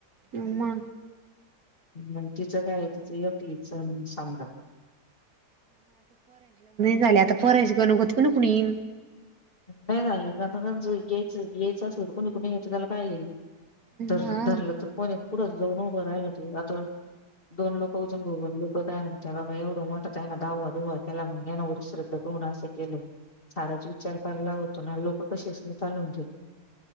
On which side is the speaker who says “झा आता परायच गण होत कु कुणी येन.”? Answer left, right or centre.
Right